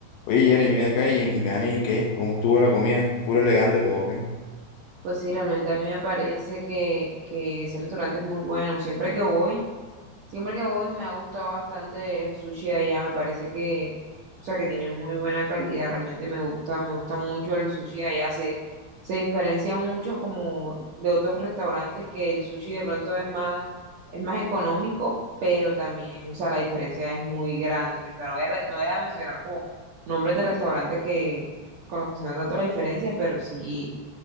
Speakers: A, on the left; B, on the right.
A: Oye, Jerry, ven acá y en Jicani, ¿qué? ¿Cómo estuvo la comida? ¿Puro elegante todo, qué?
B: Pues sí, realmente a mí me parece que, que ese restaurante es muy bueno. Siempre que voy, Siempre que voy me ha gustado bastante el sushi de allá, me parece que, o sea, que tiene muy buena calidad, realmente me gusta, me gusta mucho el sushi de allá, se, se diferencia mucho como de otros restaurantes que el sushi de pronto es más, es más económico, pero también, o sea, la diferencia es muy grande, o sea, no voy a, re- no voy a mencionar como nombres de restaurantes que, con los que se nota tanto la diferencia, pero sí,